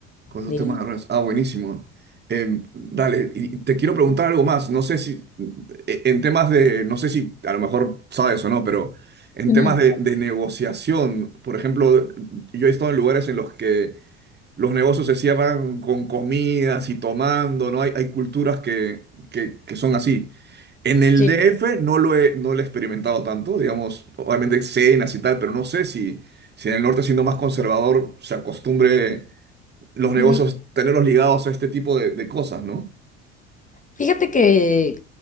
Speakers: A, on the right; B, on the left.
A: Con esos
B: de
A: temas
B: vida.
A: de redes. Ah, buenísimo. Em, dale, y y te quiero preguntar algo más. No sé si, e- en temas de, no sé si a lo mejor sabes o no, pero en
B: Ujú,
A: temas de, de negociación, por ejemplo, yo he estado en lugares en los que los negocios se cierran con comidas y tomando, ¿no? Hay, hay culturas que, que, que son así. En el
B: Sí.
A: DF no lo he, no lo he experimentado tanto, digamos, obviamente cenas y tal, pero no sé si, si en el norte siendo más conservador se acostumbre los
B: Ujú.
A: negocios, tenerlos ligados a este tipo de, de cosas, ¿no?
B: Fíjate que,